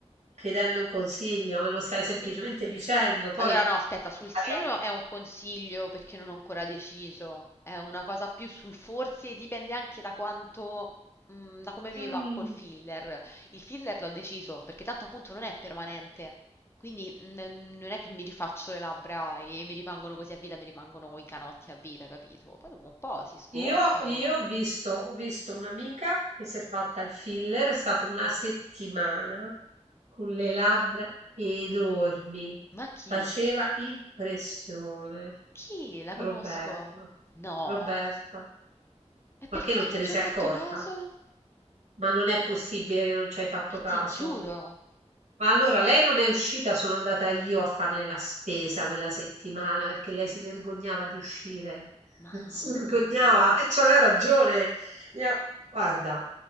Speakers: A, on the right; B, on the left.
A: chiedendo un consiglio, me lo stai semplicemente
B: Ma io-
A: dicendo, poi...
B: Allora no, aspetta, sul seno
A: <clears throat>
B: è un consiglio perché non ho ancora deciso. È una cosa più sul forse, dipende anche da quanto, mm, da come mi
A: Mm.
B: va col filler. Il filler l'ho deciso perché tanto appunto non è permanente. Quindi n- non è che mi rifaccio le labbra e mi rimangono così a vita, mi rimangono i canotti a vita, capito? Poi dopo un po' si sgonfiano.
A: Io, io ho visto, ho visto un'amica che si è fatta il filler, è stata una settimana con le labbra enormi,
B: Ma chi?
A: faceva impressione.
B: Chi? La
A: Roberta,
B: conosco? No.
A: Roberta,
B: E perché
A: ma che non te
B: non
A: ne
B: ci
A: sei
B: ho fatto
A: accorta?
B: caso?
A: Ma non è possibile che non ci hai fatto
B: Ma
A: caso.
B: ti giuro.
A: Ma allora lei non è uscita, sono andata io a farle la spesa quella settimana perché lei si vergognava di uscire.
B: Mamma
A: <laughs> Si vergognava
B: mia.
A: e c'aveva ragione. Le ha- Guarda,